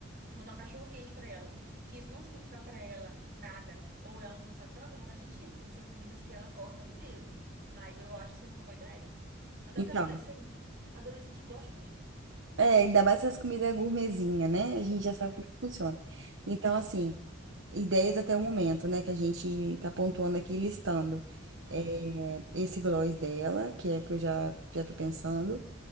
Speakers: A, on the right; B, on the right.
A: Vou dar um cachorro quente pra ela. Se isso não significar pra ela nada, ou ela não gostar tanto, não faz sentido. Tem que ser comidas que ela gosta mesmo. Aí eu acho que seria uma boa ideia. Até
B: Então,
A: porque adolescente, adolescente gosta de comida.
B: é, ainda mais essas comidas gourmetzinha, né? A gente
A: Uhum.
B: já sabe como é que funciona. Então, assim, ideias até o momento, né? Que a gente tá pontuando aqui, listando.
A: Aham.
B: É, esse gloss dela, que é o que eu já, já tô pensando.